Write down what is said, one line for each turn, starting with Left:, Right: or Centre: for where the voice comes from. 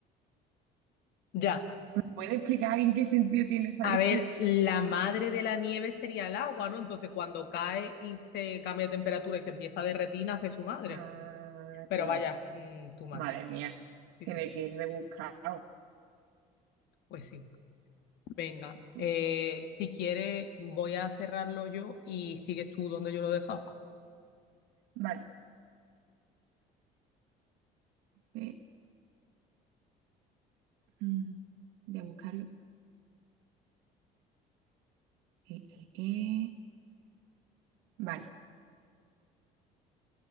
Left: Ya.
Right: ¿Puede explicar en qué sentido tiene esa
Left: A
Right: descripción?
Left: ver, la madre de la nieve sería el agua, ¿no? Entonces cuando cae y se cambia de temperatura y se empieza a derretir, nace su madre.
Right: Ah,
Left: Pero
Right: claro.
Left: vaya, mm, too much.
Right: Madre mía,
Left: Sí,
Right: tiene
Left: sí,
Right: que ir rebuscado.
Left: pues sí. Venga,
Right: Jesús.
Left: eh, si quieres voy a cerrarlo yo y sigues tú donde yo lo he dejado.
Right: Vale. Eh, mm, voy a buscarlo. Eh, eh, eh. Vale,